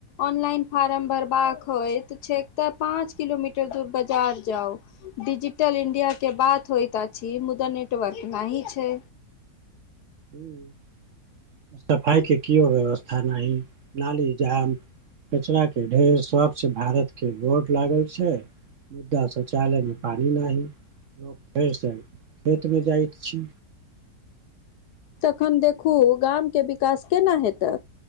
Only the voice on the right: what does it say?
हुं सफाइ के केओ व्यवस्था नहि, नाली जाम कचरा के ढेर, स्वच्छ भारत के बोर्ड लागल छै मुदा शौचालयमे पानि नहि, लोक फेरसँ खेतमे जाइत छै।